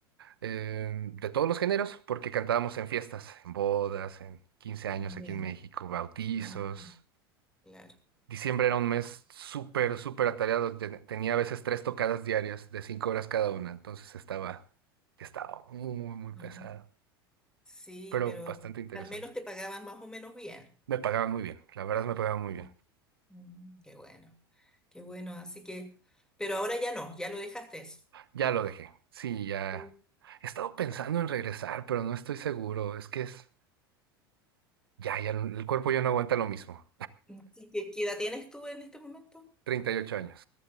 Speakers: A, on the right; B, in the centre.
A: eh, de todos los géneros, porque cantábamos en fiestas, en bodas, en 15 años aquí
B: Ya.
A: en México, bautizos.
B: Ah, claro.
A: Diciembre era un mes súper, súper atareado. te- Tenía a veces tres tocadas diarias de cinco horas cada una, entonces estaba, estaba muy, muy, muy pesado,
B: Ah, sí,
A: pero
B: pero
A: bastante interesante.
B: al menos te pagaban más o menos bien.
A: Me pagaban muy bien, la verdad me pagaban
B: Mm,
A: muy bien.
B: mm, Qué bueno, qué bueno. Así que, pero ahora ya no, ya lo dejaste eso.
A: Ya lo dejé. Sí, ya.
B: Sí.
A: He estado pensando en regresar, pero no estoy seguro. Es que es... Ya, ya, no, el cuerpo ya no aguanta lo mismo.
B: ¿Y qué, qué edad tienes tú en este momento?
A: 38 años.